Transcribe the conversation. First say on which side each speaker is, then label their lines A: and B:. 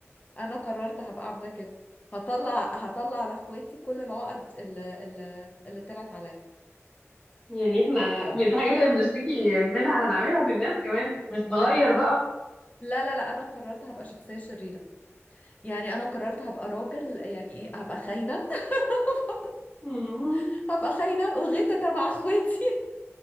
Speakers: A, on the left (about 30°); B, on the left (about 15°).
A: أنا قررت هبقى عاملة كده هطلع هطلع على اخواتي كل العقد اللي اللي, اللي طلعت عليا
B: يعني احنا من الحاجات اللي بنشتكي منها هنعملها في الناس كمان مش نغير
A: ايوه
B: بقى
A: لا لا لا انا قررت هبقى شخصيه شريره يعني انا قررت هبقى راجل يعني ايه هبقى خاينه <laughs>
B: مم.
A: هبقى خاينه وغيتة مع اخواتي